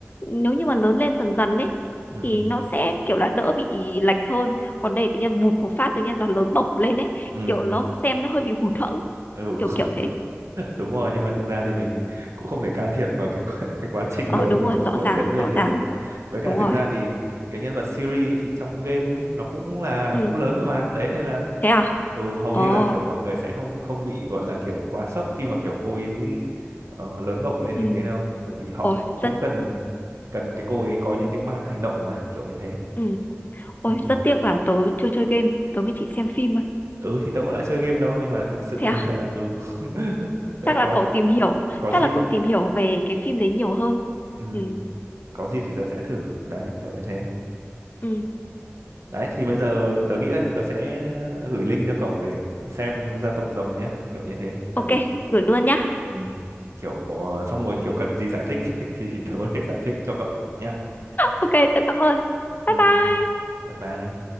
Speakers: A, on the left (about 40°); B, on the right (about 75°).
A: nếu như mà lớn lên dần dần ấy
B: ừ
A: thì nó sẽ kiểu là đỡ bị lệch hơn còn đây tự nhiên vụt một phát tự nhiên nó lớn bổng lên ấy
B: ừ
A: kiểu nó xem nó hơi bị hụt hẫng
B: ừ <laughs>
A: kiểu kiểu thế
B: đúng rồi nhưng mà thực ra thì mình cũng không thể can thiệp vào cái quá- cái quá trình
A: ờ
B: lớn
A: đúng
B: của
A: rồi rõ
B: của
A: ràng
B: diễn viên
A: rõ
B: được
A: ràng
B: với cả
A: đúng
B: thực
A: rồi
B: ra thì cái nhân vật Siri ấy, thì trong game ấy nó cũng là
A: ừ
B: cũng lớn rồi mà đấy nên là
A: thế à
B: ừ hầu
A: ờ
B: như là kiểu mọi người sẽ không không bị gọi là kiểu quá sốc khi mà kiểu cô ấy ờ, lớn bổng lên
A: ừ
B: như thế đâu bởi vì họ
A: ôi
B: cũng
A: rất
B: cần cần cái cô ấy có những cái màn hành động mà kiểu như thế
A: ừ ôi
B: ừ
A: rất tiếc là tớ chưa chơi game tớ mới chỉ xem phim thôi
B: Ừ, thì tớ cũng đã chơi game đâu nhưng mà thực sự
A: thế
B: là
A: à
B: <laughs> ừ <laughs> sẽ
A: chắc
B: có
A: là cậu tìm hiểu
B: có
A: chắc
B: dịp
A: là cậu tìm hiểu về cái phim đấy nhiều hơn
B: ừ
A: ừ
B: có dịp thì tớ sẽ thử đấy kiểu như thế
A: ừ
B: đấy thì bây giờ tớ nghĩ là tớ sẽ gửi link cho cậu để xem gia tộc rồng nhá kiểu như thế tại
A: ok
B: vì
A: gửi luôn nhá
B: ừ, kiểu ờ, xong rồi kiểu cần gì giải thích <laughs> thì tớ có thể giải thích cho cậu nhá
A: ok tớ cảm ơn
B: ừ,
A: bye bye
B: bye bye